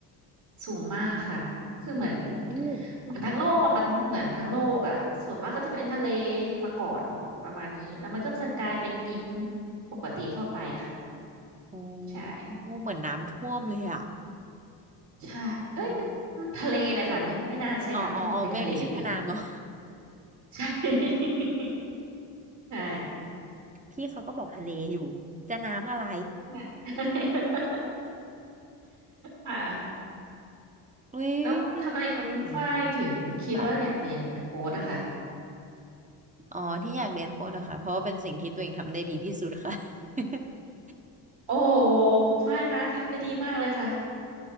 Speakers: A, on the right; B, on the right.
A: สูงมากค่ะ คือเหมือน
B: โอ้
A: เหมือนทั้งโลกอะมันเหมือนทั้งโลกอะส่วนมากก็จะเป็นทะเลมาก่อนประมาณนี้แล้วมันก็จะกลายเป็นดิน
B: อืม
A: ปกติทั่วไปค่ะ
B: โอ้
A: ใช่
B: โหเหมือนน้ำท่วมเลยอ่ะ
A: ใช่เอ้ยมันมันทะเลเลยค่ะไม่ไม่น่าใช่น้ำท่วมเป็นทะเลเลย
B: ออ๋ออ๋ออ๋อไม่ไม่ใช่แค่น้ำเนอะ
A: ใช่ <laughs> ใช่
B: พี่เขาก็บอกทะเลอยู่
A: อืม
B: จะน้ำอะไร
A: <laughs> ใช่ <laughs> ค่ะ
B: อุ้ย
A: แล้วทำไมคุณฝ้ายถึงคิดว่าอยากเรียนโค้ดอะคะ
B: สวยค่ะอ๋อที่อยากเรียนโค้ดเหรอคะเพราะว่าเป็นสิ่งที่ตัวเองทำได้ดีที่สุดค่ะ <laughs>
A: โอ้คุณฝ้ายคะทำได้ดีมากเลยค่ะ